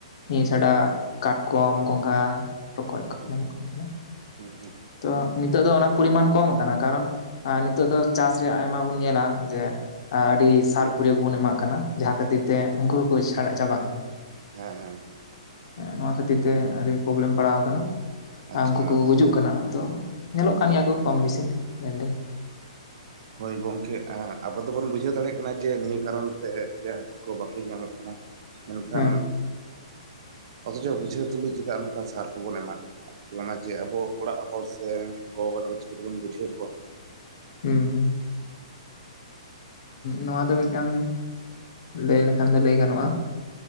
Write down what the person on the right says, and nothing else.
ᱟᱪᱪᱷᱟ
ᱦᱩᱸ
ᱦᱩᱸ ᱦᱩᱸ
ᱟᱪᱪᱷᱟ
ᱦᱮᱸ ᱦᱮᱸ,
ᱟᱪᱪᱷᱟ
ᱦᱳᱭ
ᱦᱳᱭ
ᱦᱚᱭ ᱜᱚᱢᱠᱮ ᱟ ᱟᱵᱚ ᱫᱚᱵᱚᱱ ᱵᱩᱡᱷᱟᱹᱣ ᱫᱟᱲᱮᱭᱟᱜ ᱠᱟᱱᱟ ᱡᱮ ᱱᱤᱭᱟᱹ ᱠᱟᱨᱚᱱᱟ ᱡᱮ ᱦᱟᱹᱠᱩ ᱠᱚ ᱵᱟᱠᱚ ᱧᱟᱢᱚᱜ ᱠᱟᱱᱟ, ᱢᱮᱱᱠᱷᱟᱱ
ᱚᱛᱷᱚᱪᱚ ᱵᱩᱡᱷᱟᱹᱣ ᱛᱩᱞᱩᱡ ᱪᱮᱫᱟᱜ ᱱᱚᱝᱠᱟ ᱥᱟᱨ ᱠᱚᱵᱚᱱ ᱮᱢᱟᱜ ᱠᱟᱱᱟ ᱟᱨ ᱚᱱᱟ ᱡᱮ ᱟᱵᱚ ᱚᱲᱟᱜ ᱦᱚᱲ ᱥᱮ ᱜᱚ ᱵᱟᱵᱟ ᱛᱟᱠᱚ ᱫᱚ ᱪᱤᱠᱟᱹ ᱛᱮᱵᱚᱱ ᱵᱩᱡᱷᱟᱹᱣ ᱠᱚᱣᱟ,